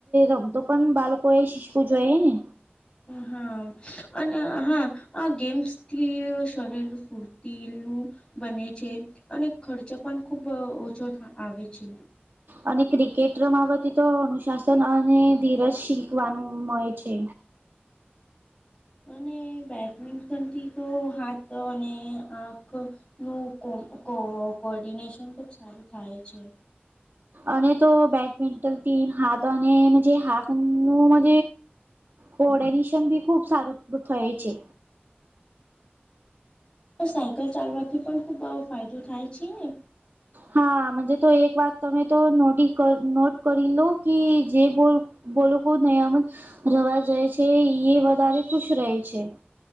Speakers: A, on the right; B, on the left.
A: રમતો પણ બાળકો એ શીખવું જોઈએ ને
B: હા અને હા આ ગેમ્સ થી શરીર ફૂરું સીલનું બને છે અને ખર્ચ પણ ખૂબ ઓછો આવે છે
A: અને ક્રિકેટ રમાવતી તો અનુશાસન અને ધીરજ શીખવાનું મળે છે
B: અને બેડમિન્ટનથી તો હાથ અને આંખ નું કો કો કોર્ડિનેશન ખુબ સારું થાય છે
A: અને તો બેડમિન્ટન થી હાથ અને જે હાક નું કોર્ડનેશન બી ખૂબ સારું થય છે
B: સાયકલ ચાલવાથી પણ ખુબ આવો ફાયદો થાય છે ને
A: હાજ તો એક વાત તમે તો નોટી નોટ કરી લો કે જે બો બોલો નયમ રવા જાય છે ઈએ વધારે ખુશ રહે છે